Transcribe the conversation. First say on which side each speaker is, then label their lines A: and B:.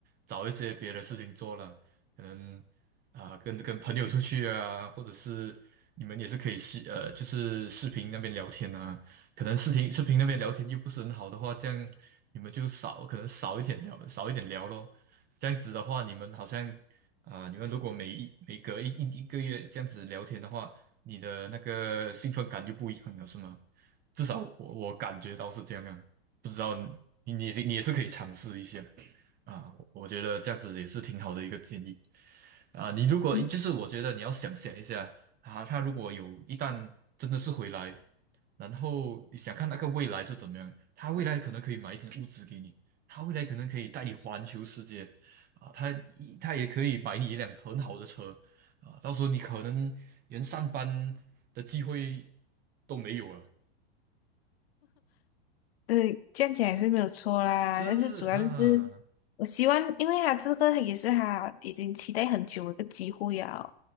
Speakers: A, on the right (about 30°); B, on the left (about 70°).
A: 找一些别的事情做了，可能啊、跟跟朋友出去啊，或者是你们也是可以视呃，就是视频那边聊天啊，可能视频视频那边聊天又不是很好的话，这样你们就少，可能少一点聊，少一点聊咯。这样子的话，你们好像。啊，你们如果每一每隔一一一个月这样子聊天的话，你的那个兴奋感就不一样了，是吗？至少我我感觉到是这样啊，不知道你你也是你也是可以尝试一下。啊，我我觉得这样子也是挺好的一个建议啊。你如果就是我觉得你要想想一下啊，
B: 嗯，
A: 他如果有一旦真的是回来，然后你想看那个未来是怎么样，他未来可能可以买一间物资给你，他未来可能可以带你环球世界啊，他他也可以买你一辆很好的车啊，到时候你可能连上班的机会都没有了，
B: 呃这样讲也是没有错啦。
A: 是不是啊？
B: 但是主要就是我希望，因为他这个也是他已经期待很久的一个机会啊，